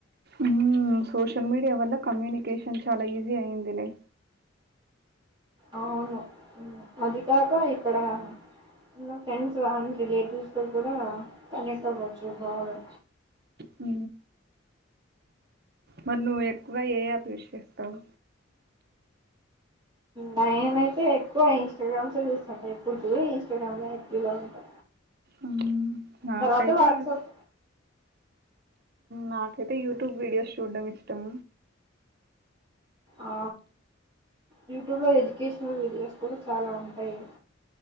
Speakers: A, on the right (about 55°); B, on the right (about 25°).
A: ఉమ్ సోషల్ మీడియా వల్ల కమ్యూనికేషన్ చాలా ఈజీ అయింది లే
B: అవును. అది కాక ఇక్కడ మల్ల ఫ్రెండ్స్ ఆమెకి రిలేటివ్స్ తో కూడా కనెక్ట్ అవ్వచ్చు. బాగా
A: ఉ మరి నువ్వు ఎక్కువ ఏ యాప్ చేస్తావ్.
B: నేనయితే ఎక్కువ ఇన్స్టాగ్రామ్స్ చూస్తుంటా ఎప్పుడు చూ ఇన్స్టాగ్రామ్ లో యాక్టివ్ లో ఉంటా.
A: ఆ నాకైతే
B: తర్వాత వాట్సాప్
A: ఇగ నాకైతే యూట్యూబ్ వీడియోస్ చూడ్డం ఇష్టం
B: ఆ యూట్యూబ్ లో ఎడ్యుకేషనల్ వీడియోస్ కూడా చాలా ఉంటాయి.